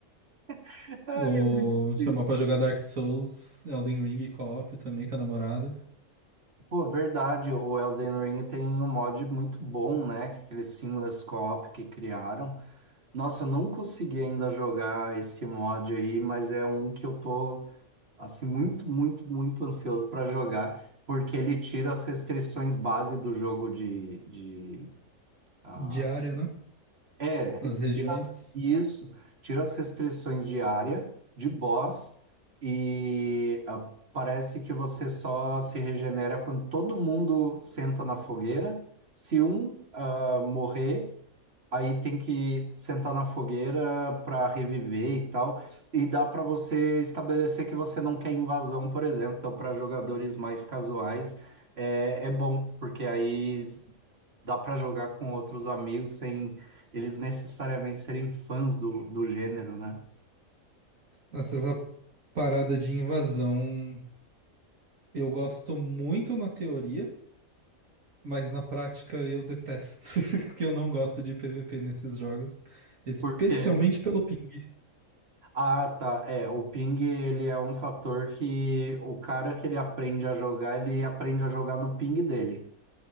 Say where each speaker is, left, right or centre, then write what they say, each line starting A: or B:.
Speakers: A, on the right (about 45°); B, on the right (about 65°).
A: <laughs> Ai,
B: O...
A: é muito triste.
B: Chamar pra jogar Dark Souls, Elden Ring e co-op também com a namorada.
A: Pô, verdade, o Elden Ring tem um mod muito bom, né? que Aquele seamless co-op que criaram. Nossa, eu não consegui ainda jogar esse mod aí, mas é um que eu tô assim muito, muito, muito ansioso para jogar, porque ele tira as restrições base do jogo de, de ah,
B: Diária, né?
A: é,
B: Nas regiões.
A: tira isso, tira as restrições de área, de boss e ah, parece que você só se regenera quando todo mundo senta na fogueira. Se um ah, morrer Aí tem que sentar na fogueira para reviver e tal. E dá para você estabelecer que você não quer invasão, por exemplo. Então, para jogadores mais casuais, é, é bom, porque aí s- dá para jogar com outros amigos sem eles necessariamente serem fãs do, do gênero, né?
B: Essa essa parada de invasão eu gosto muito na teoria, mas na prática eu detesto, <laughs> porque eu não gosto de PVP nesses jogos, especialmente
A: Por quê?
B: pelo ping.
A: Ah, tá. É, o ping, ele é um fator que o cara que ele aprende a jogar, ele aprende a jogar no ping dele.